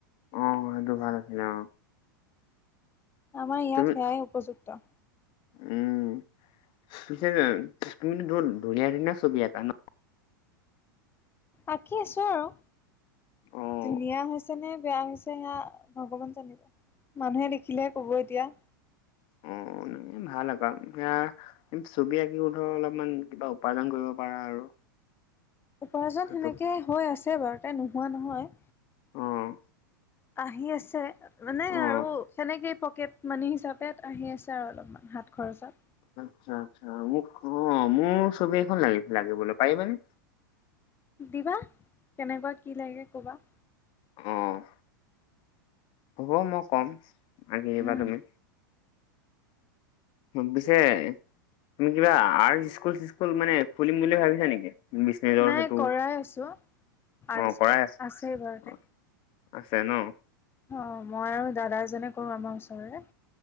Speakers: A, on the left; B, on the left.
A: অ, সেইটো ভাল আছিলে অ'।
B: আমাৰ ইয়াত
A: তুমি
B: সেয়াই উপযুক্ত।
A: উম পিছে তুমিতো বহুত ধুনীয়া ধুনীয়া ছবি আকা ন?
B: আঁকি আছো আৰু
A: অ',
B: ধুনীয়া হৈ ছে নে বেয়া হৈছে সেয়া ভগৱান জানিব, মানুহে দেখিলেহে কব এতিয়া।
A: উম উম ভাল আকৌ এয়া উম ছবি আঁকি ধৰ অলপমান কিবা উপাৰ্জন কৰিব পাৰা আৰু।
B: উপাৰ্জন
A: সেইটো
B: সেনেকে হৈ আছে বাৰুতে নোহোৱা নহয়।
A: অ',
B: আহি আছে। মানে
A: অ'।
B: আৰু সেনেকেই পকেট মানি হিচাপে আহি আছে আৰু অলপমান হাত খৰচত।
A: আচ্ছা, আচ্ছা মোক অ' মোৰ ছবি এখন লাগিছিলে লাগে বোলে পাৰিবা নে?
B: দিবা, কেনেকুৱা কি লাগে কবা?
A: অ'। হ'ব মই কম, আকি দিবা
B: উম
A: তুমি। উম পিছে তুমি কিবা আৰ্ট স্কুল - চিস্কুল মানে খুলিম বুলি ভাবিছা নেকি? বিজনেজৰ
B: নাই
A: সেইটো,
B: কৰাই আছো আৰ্ট
A: অ'
B: স্কুল
A: কৰাই আছে
B: ঘৰতে
A: অ'। আছে ন।
B: অ, মই আৰু দাদা এজনে কৰো আমাৰ ওচৰৰে।